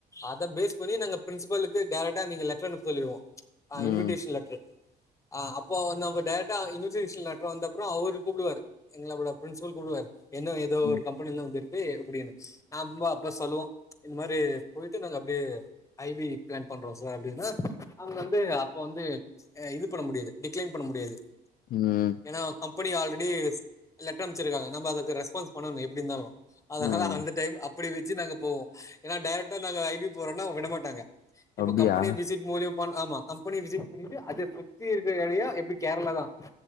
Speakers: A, on the left; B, on the left.
A: அத பேஸ் பண்ணி நாங்க பிரின்சிபலுக்கு டேரக்டா நீங்க லெட்டர் அனுப்ப சொல்லிடுவோ ஆ இன்விட்டேஷன்
B: ம்
A: லெட்ரு ஆ அப்போ நம்ம டைரக்டா இன்விட்டேஷன் லெட்டர் வந்த அப்புறொம் அவுரு கூப்புடுவாரு எங்களோட பிரின்சிபல் கூப்டுவாரு என் ஏதோ
B: ம்
A: ஒரு கம்பெனிலிருந்து வந்திருக்கு அப்டின்னு நம்ப அப்ப சொல்லுவோம் இந்த மாதிரி போயிட்டு நாங்க அப்டியே ஐ வி பிளான் பண்றோம் சார் அப்டின்னா அவுங்க வந்து அப்போ வந்து அ இது பண்ண முடியாது டிக்ளைன் பண்ண முடியாது
B: ம்
A: ஏன்னா கம்பெனி ஆல்ரெடி லெட்டர் அனுப்ச்சிருக்காங்க நம்ம அதுக்கு ரெஸ்பான்ஸ் பண்ணணும் எப்டி இருந்தாலும் அதுனால
B: ம்
A: அந்த டைம் அப்டி வெச்சு நாங்க போவோம் ஏன்னா டைரக்டா நாங்க ஐ வி போறோன்னா அவு விட மாட்டாங்க இப்போ
B: அப்டியா
A: கம்பெனி விசிட் மூலியம் பண் ஆமா கம்பெனி விசிட் பண்ணிட்டு அத சுத்தி இருக்குற ஏரியா எப்டி கேரளா தான்